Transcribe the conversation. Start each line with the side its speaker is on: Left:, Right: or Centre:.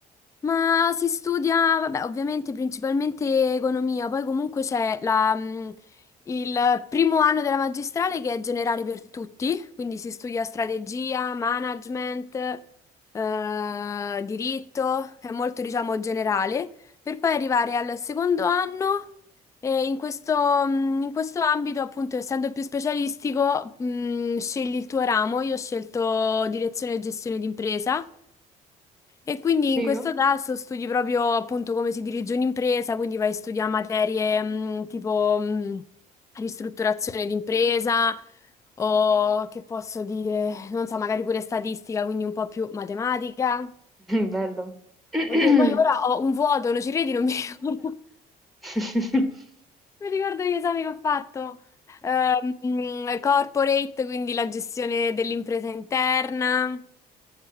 Left: Ma si studia, vabbè, ovviamente principalmente economia, poi comunque c'è la, mh, il primo anno della magistrale che è generale per tutti, quindi si studia strategia, management, eh, diritto, è molto diciamo generale, per poi arrivare al secondo anno e in questo, mh, in questo ambito appunto essendo più specialistico, mh, scegli il tuo ramo, io ho scelto direzione e gestione d'impresa. E quindi
Centre: Figo?
Left: in questo tasso studi proprio appunto come si dirige un'impresa, quindi vai a studiare materie mh, tipo mh, ristrutturazione d'impresa o che posso dire, non so, magari pure statistica, quindi un po' più matematica.
Centre: <laughs> Bello. <coughs>
Left: Oddio, poi ora ho un vuoto, non ci credi, non mi <laughs> ricordo,
Centre: <laughs>
Left: non mi ricordo gli esami che ho fatto. Ehm, mhmm, corporate, quindi la gestione dell'impresa interna,